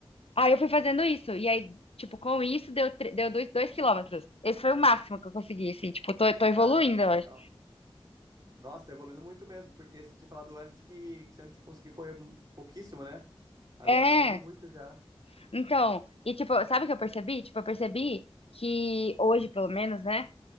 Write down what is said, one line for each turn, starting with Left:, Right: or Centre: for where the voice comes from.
Left: Aí eu fui fazendo isso. E aí, tipo, com isso deu, tre- deu dois, dois quilômetros. Esse foi o máximo que eu consegui, assim. Tipo, tô, tô evoluindo,
Right: Caramba, que
Left: eu
Right: legal.
Left: acho.
Right: Nossa, tá evoluindo muito mesmo, porque você tinha falado antes que, que você não tinha conseguido correr mu- pouquíssimo, né? Agora
Left: É,
Right: você tá correndo muito já.
Left: então. E tipo, sabe o que eu percebi? Tipo, eu percebi que hoje, pelo menos, né?